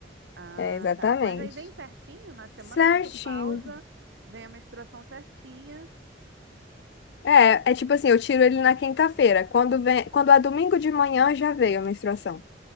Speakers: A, on the right (about 75°); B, on the left (about 60°).
A: Ah,
B: é exatamente.
A: tá. Mas aí vem certinho, na semana
B: Certinho.
A: que tu pausa, vem a menstruação certinha.
B: É, é tipo assim, eu tiro ele na quinta-feira. Quando vem, quando é domingo de manhã, já veio a menstruação.